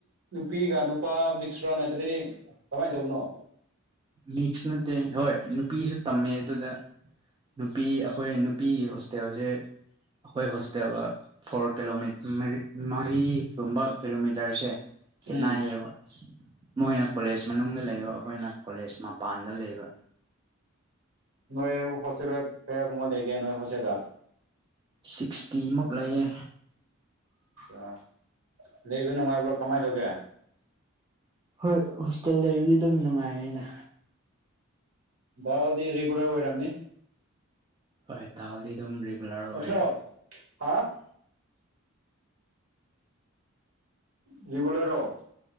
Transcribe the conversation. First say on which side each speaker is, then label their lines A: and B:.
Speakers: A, on the right; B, on the right.
A: ꯅꯨꯄꯤꯒ ꯅꯨꯄꯥ ꯃꯤꯛꯁ ꯔꯥ ꯅꯠꯇ꯭ꯔꯗꯤ ꯀꯃꯥꯏꯅ ꯇꯧꯕꯅꯣ
B: ꯃꯤꯛꯁ ꯅꯠꯇꯦ ꯍꯣꯏ ꯅꯨꯄꯤꯁꯨ ꯇꯝꯃꯦ ꯑꯗꯨꯗ ꯅꯨꯄꯤ ꯑꯩꯈꯣꯏ ꯅꯨꯄꯤꯒꯤ ꯍꯣꯁꯇꯦꯜꯁꯦ ꯑꯩꯈꯣꯏ ꯍꯣꯁꯇꯦꯜꯒ ꯐꯣꯔ ꯀꯤꯂꯣ ꯃꯔꯤꯒꯨꯝꯕ ꯀꯤꯂꯣꯃꯤꯇꯔꯁꯦ ꯈꯦꯠꯅꯏꯌꯦꯕ
A: ꯎꯝ
B: ꯃꯣꯏꯅ ꯀꯣꯂꯦꯖ ꯃꯅꯨꯡꯗ ꯂꯩꯕ ꯑꯩꯈꯣꯏꯅ ꯀꯣꯂꯦꯖ ꯃꯄꯥꯟꯗ ꯂꯩꯕ
A: ꯅꯣꯏ ꯍꯣꯁꯇꯦꯜꯂꯔ ꯀꯌꯥꯒꯨꯝꯃꯗ ꯂꯩꯒꯦ ꯅꯣꯏ ꯍꯣꯁꯦꯜꯗ
B: ꯁꯤꯛꯁꯇꯤꯃꯨꯛ ꯂꯩꯌꯦ
A: ꯑ ꯂꯩꯕ ꯅꯨꯡꯉꯥꯏꯕ꯭ꯔꯣ ꯀꯃꯥꯏꯅ ꯇꯧꯒꯦ
B: ꯍꯣꯏ ꯍꯣꯁꯇꯦꯜ ꯂꯩꯕꯨꯗꯤ ꯑꯗꯨꯝ ꯅꯨꯡꯉꯥꯏꯌꯦꯗ
A: ꯗꯥꯜꯗꯤ ꯔꯤꯒꯨꯂꯔ ꯑꯣꯏꯔꯝꯅꯤ
B: ꯍꯣꯏ ꯗꯥꯜꯗꯤ ꯑꯗꯨꯝ ꯔꯤꯒꯨꯂꯔ ꯑꯣꯏꯔꯦ
A: ꯅꯠꯇ꯭ꯔꯣ ꯍꯥ ꯔꯤꯒꯨꯂꯔ ꯔꯣ